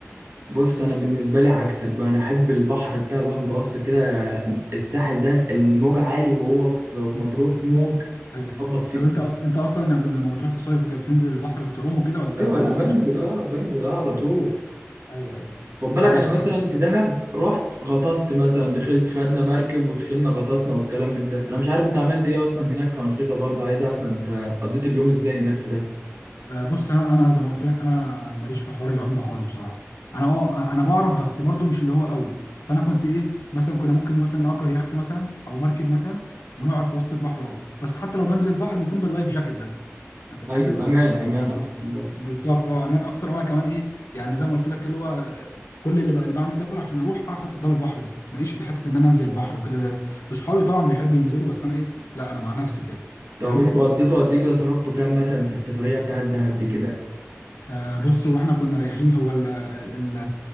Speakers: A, on the right; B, on the left.
A: بص انا بالنسبه لي عكسك بقى انا احب البحر بتاع البحر المتوسط كده الساحل ده الموج عالي وهو في في مطروح في موج
B: ايوه
A: يخبط فيك
B: طب انت انت اصلا لما بتروح تصيف وكده بتنزل البحر بتعوم وكده ولا
A: ايوه
B: لا برضه
A: لا
B: مالكش
A: بنزل
B: في الكلام؟
A: اه بنزل اه على طول
B: ايوه ايوه
A: خد بالك
B: لا انا
A: انا
B: بصراحه
A: مثلا في دهب رحت غطست مثلا دخلت خدنا مركب ودخلنا غطسنا والكلام من ده انا مش عارف انت عملت ايه اصلا هناك كأنشطة برضه عايز افهم انت قضيت اليوم ازاي هناك في دهب
B: آه، بص انا انا زي ما قلت لك انا ماليش في حوار العوم ده خالص بصراحه انا اه انا بعرف بس برضو مش اللي هو قوي فانا كنت ايه مثلا كنا ممكن مثلا نأجر يخت مثلا او مركب مثلا ونقعد في وسط البحر اهو بس حتى لو بنزل البحر بيكون باللايف جاكيت ده انت فاهم
A: ايوه امان امان
B: أنت-
A: احسن برضه
B: بالظبط اه امان اكتر وانا كمان ايه يعني زي ما قلت لك اللي هو كل اللي, بقى اللي بعمل ده كله عشان اروح اقعد قدام البحر بس ماليش في حته ان انا انزل البحر وكده زي اصحابي طبعا بيحبوا ينزلوا بس انا ايه لا انا مع نفسي كده
A: طب
B: فاهم
A: انتوا قضيتوا قد ايه كده صرفتوا كام مثلا في السفرية بتاعت دهب دي كده
B: آه بص هو احنا كنا رايحين هو ال ال